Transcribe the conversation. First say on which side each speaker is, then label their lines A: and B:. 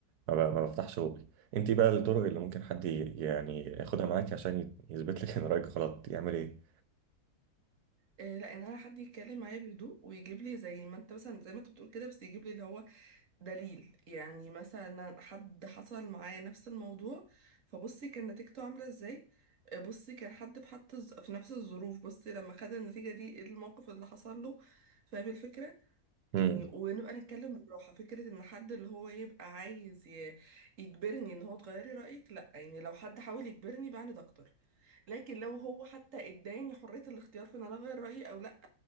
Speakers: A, on the right (about 80°); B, on the right (about 55°).
A: ما, ب- ما بفتحش بوقي انت بقى الطرق اللي ممكن حد ي- يعني ياخدها معاكي عشان ي- يثبت لك ان رايك غلط يعمل ايه
B: آه، لا ان انا حد يتكلم معايا بهدوء ويجيب لي زي ما انت مثلا زي ما انت بتقول كده بس يجيب لي اللي هو دليل يعني مثلا حد حصل معايا نفس الموضوع فبصي كان نتيجته عاملة ازاي آه، بصي كان حد في حتى في نفس الظروف بصي لما خد النتيجة دي ايه الموقف اللي حصل له فاهم الفكرة
A: امم
B: يعني ونبقى نتكلم بالراحة فكرة ان حد اللي هو يبقى عايز ي- يجبرني ان هو تغيري رأيك لا يعني لو حد حاول يجبرني بعند اكتر لكن لو هو حتى اداني حرية الاختيار في ان انا اغير رأيي او لا